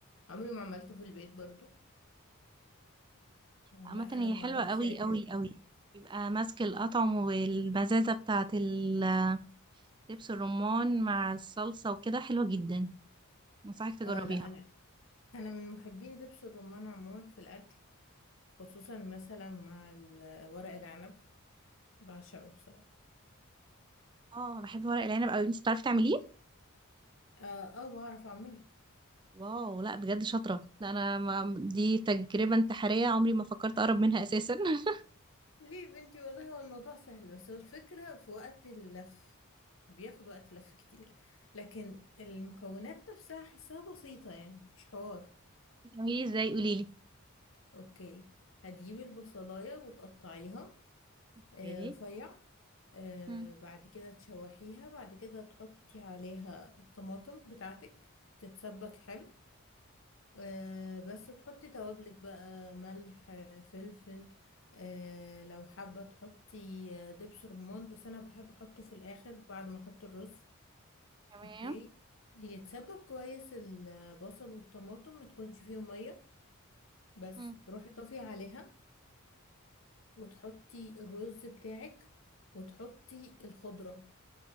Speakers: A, on the left; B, on the right.
A: عمري ما عملته في البيت برضو آه،
B: عامة
A: لا
B: هي
A: انا ما
B: حلوة
A: اعرفش
B: قوي
A: اكل
B: قوي قوي يبقى ماسك الأطعم والمزازة بتاعة ال دبس الرمان مع الصلصة وكده حلوة جدا انصحك تجربيها
A: آه لا لا انا من محبين دبس الرمان عموما في الاكل خصوصا مثلا مع ال- ورق العنب بعشقه بصراحة
B: اه بحب ورق العنب قوي انت بتعرفي تعمليه
A: اه آه، بعرف اعمله
B: واو لا بجد شاطرة لا انا ما دي تجربة انتحارية عمري ما فكرت اقرب منها اساسا <laughs>
A: ليه يا بنتي والله هو الموضوع سهل بس هو الفكرة في وقت اللف بياخد وقت لف كتير لكن المكونات نفسها حاساها بسيطة يعني مش حوار
B: بتعمليه ازاي قوليلي
A: اوكي هتجيبي البصلاية وتقطعيها
B: اوكي
A: آه رفيع آه
B: مم.
A: بعد كده تشوحيها بعد كده تحطي عليها الطماطم بتاعتك تتسبك حلو آه بس تحطي توابلك بقى ملح آه، فلفل آه لو حابة تحطي آه، دبس رمان بس أنا بحب أحطه في الآخر بعد ما أحط الرز
B: تمام
A: اوكي يتسبك كويس البصل والطماطم ما تكونش فيهم مية بس
B: مم.
A: تروحي طافية عليها وتحطي الرز بتاعك وتحطي الخضرة